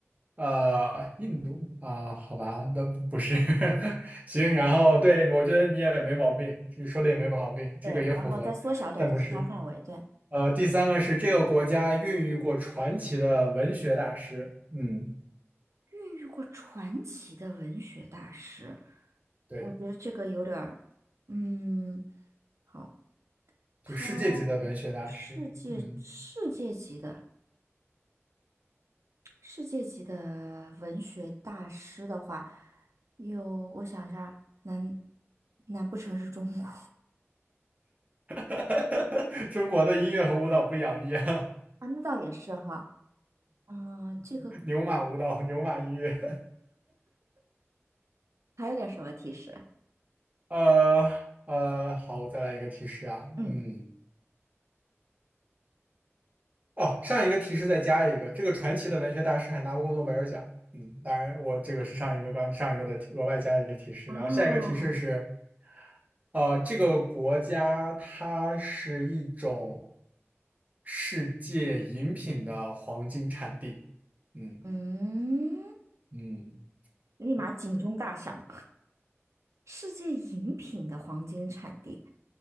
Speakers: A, on the right; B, on the right.
A: 呃，印度啊，好吧，那不不是，<laughs> 行，然后对，我觉得你也没毛病，你说的也没毛病，
B: 对，
A: 这个也符合，
B: 然后再缩小点儿其他范围，
A: 但不是。
B: 对，
A: 呃，第三个是这个国家孕育过传奇的文学大师，嗯，
B: 孕育过传奇的文学大师，
A: 对，
B: 我觉得这个有点儿，嗯，好，
A: 就世界级的文学大师，
B: 他世界世界级的
A: 嗯，
B: 世界级的文学大师的话，有我想一下，难难不成是中国
A: <laughs> 中国的音乐和舞蹈不养一啊，
B: <laughs> 啊？那倒也是哈，嗯，这个
A: <laughs> 牛马舞蹈，牛马音乐，
B: 还有点什么提示？
A: <laughs> 呃呃，好，我再来一个提示啊，
B: 嗯，
A: 嗯。哦，上一个提示再加一个，这个传奇的文学大师还拿不过诺贝尔奖。嗯，当然，我这个是上一个刚上一个的提额外加的一个提示，
B: 啊，
A: 然后下一个提示是，呃，这个国家它是一种世界饮品的黄金产地。嗯
B: 嗯，
A: 嗯，
B: 立马警钟大响。世界饮品的黄金产地。